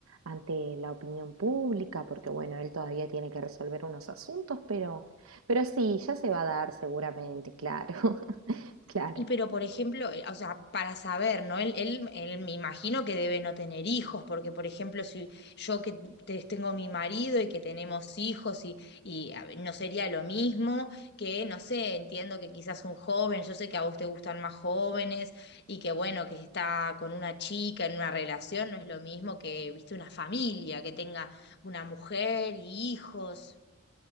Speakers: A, on the right; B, on the left.
A: ante la opinión pública, porque bueno, él todavía tiene que resolver unos asuntos, pero, pero sí, ya se va a dar seguramente, claro, <laughs> claro.
B: Y pero, por ejemplo, eh, o sea, para saber, ¿no? Él, él, él me imagino que debe no tener hijos, porque, por ejemplo, si yo que te- tengo mi marido y que tenemos hijos y, y a ver, no sería lo mismo que, no sé, entiendo que quizás un joven, yo sé que a vos te gustan más jóvenes y que, bueno, que está con una chica en una relación, no es lo mismo que, viste, una familia, que tenga una mujer y hijos.